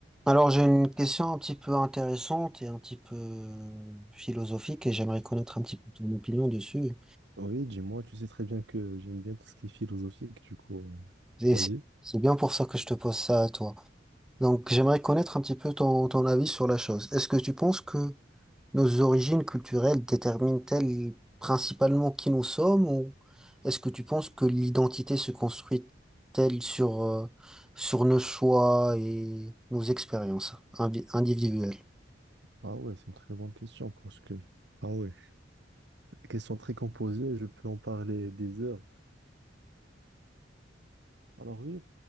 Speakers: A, in the centre; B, on the right.
A: Alors, j'ai une question un petit peu intéressante et un petit peu euh, philosophique et j'aimerais connaître un petit peu ton opinion dessus.
B: Oui, dis-moi, tu sais très bien que j'aime bien tout ce qui est philosophique, du coup, euh,
A: Et
B: vas-y.
A: c'est c'est bien pour ça que je te pose ça à toi. Donc, j'aimerais connaître un petit peu ton, ton avis sur la chose. Est-ce que tu penses que nos origines culturelles déterminent-elles principalement qui nous sommes ou est-ce que tu penses que l'identité se construit-elle sur, euh, sur nos choix et nos expériences invi- individuelles?
B: Ah ouais, c'est une très bonne question parce que, ah ouais, question très composée, je peux en parler des heures. Alors oui,